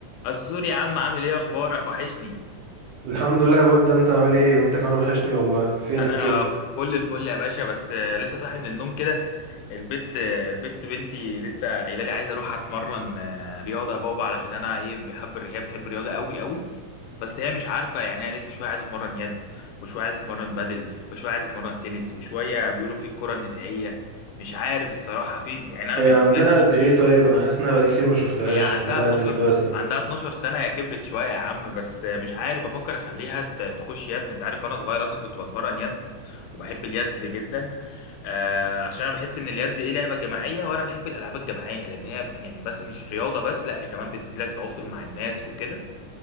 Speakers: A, on the left; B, on the right.
A: السوري يا عم عامل ايه اخبارك وحشني
B: الحمد لله يا بود انت عامل ايه وانت كمان وحشني والله فينك
A: انا
B: كده
A: فل الفل يا باشا بس آه، لسه صاحي من النوم كده البت آه، البت بنتي لسه قايله لي عايزه اروح اتمرن آه، رياضه يا بابا علشان انا ايه بحب الرياضه هي بتحب الرياضه قوي قوي بس هي مش عارفه يعني هي قالت لي شويه عايزه اتمرن يد وشويه عايزه اتمرن بدل وشويه عايزه اتمرن تنس وشويه بيقولوا في الكره النسائيه مش عارف الصراحه في يعني انا
B: هي
A: بالنسبه
B: عندها
A: لي
B: قد ايه طيب انا حاسس انها بقالي كتير ما شفتهاش
A: هي عندها
B: عندها
A: 12
B: قد ايه دلوقتي
A: عندها 12 سنة هي كبرت شوية يا عم بس مش عارف بفكر اخليها ت- تخش يد انت عارف انا صغير اصلا كنت بتمرن يد وبحب اليد جدا آه عشان انا بحس ان اليد ايه لعبة جماعية وانا بحب الالعاب الجماعية لان هي يعني بس مش رياضة بس لا هي كمان بتديلك تواصل مع الناس وكده